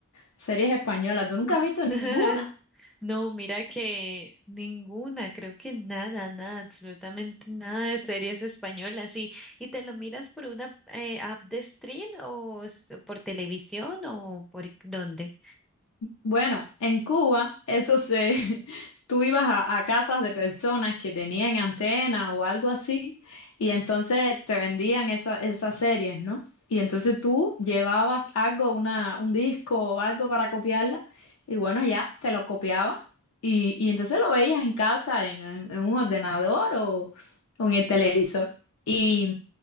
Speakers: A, on the left; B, in the centre.
A: series españolas. ¿Tú nunca
B: <laughs>
A: has visto ninguna?
B: No, mira que ninguna, creo que nada, nada, absolutamente nada de series españolas. ¿Y, y te lo miras por una eh, app de stream o s- por televisión o por dónde?
A: Bueno, en Cuba, eso se, <laughs> tú ibas a, a casas de personas que tenían antena o algo así, y entonces te vendían esa- esas series, ¿no? Y entonces tú llevabas algo, una, un disco o algo para copiarla, y bueno, ya te lo copiaba, y, y entonces lo veías en casa, en, en- en un ordenador o, o en el televisor. Y,